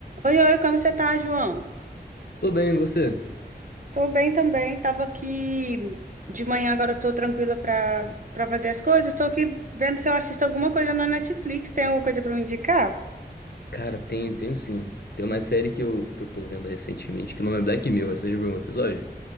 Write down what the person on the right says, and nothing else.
Oi, oi, como você tá, João?
Tô bem também, tava aqui de manhã, agora eu tô tranquila pra, pra fazer as coisas. Tô aqui vendo se eu assisto alguma coisa na Netflix, tem alguma coisa pra me indicar?